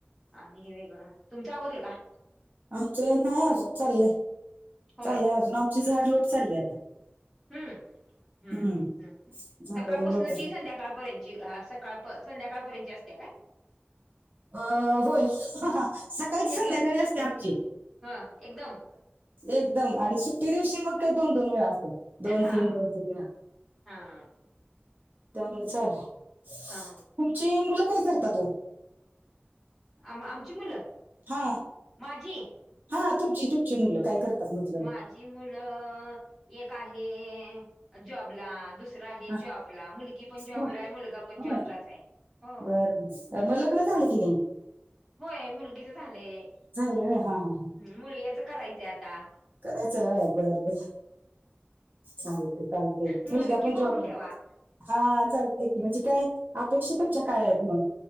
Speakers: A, in the centre; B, on the right (about 45°).
A: आणि हे वेगळं, तुमच आवरलं का?
B: आमचे नाही अजून चाललंय,
A: होय
B: चाललंय अजून आमची झाड लोट चालली आता.
A: हम्म-हम्म,
B: हम्म
A: हम्म
B: झाडाला
A: सकाळपासंनची
B: लोटायला
A: संध्याकाळपर्यंत जी हा सकाळ प संध्याकाळपर्यंतची असते काय?
B: अ होय, सकाळच,
A: एकदम
B: संध्याकाळी असतिया आमची
A: हा एकदम
B: एकदम, आणि सुट्टी दिवशी मग काय दोन-दोन वेळा असतिया. दोन,
A: हा
B: तीन, दोन, तीन, वेळा
A: हा
B: त्यामुळे चालू.
A: हा.
B: तुमची, मुलं काय करता ओ?
A: आम आमची, मुलं
B: हा
A: माझी.
B: हा तुमची-तुमची मुलं काय करतात. म्हटलं
A: माझी मुलं, एक आहे. जॉबला दुस दुसर आहे
B: हा
A: जॉबला, मुलगी पण जॉबला
B: होय
A: आहे. मुलगा पण
B: होय
A: जॉबलाच आहे. हो.
B: बर मग लग्न झाले की नाही?
A: होय मुलगीच झालंय,
B: झालं व्हय? हा हा
A: मुलग्याच करायचंय आता.
B: करायच आहे व्हयं बरं-बरं. चालतंय-चालतंय
A: मुलगी
B: मुलगा पण
A: बघून
B: जॉबला
A: ठेवा
B: हा चालतंय की, म्हणजे काय, मग अपेक्षा तुमच्या काय आहेत मग?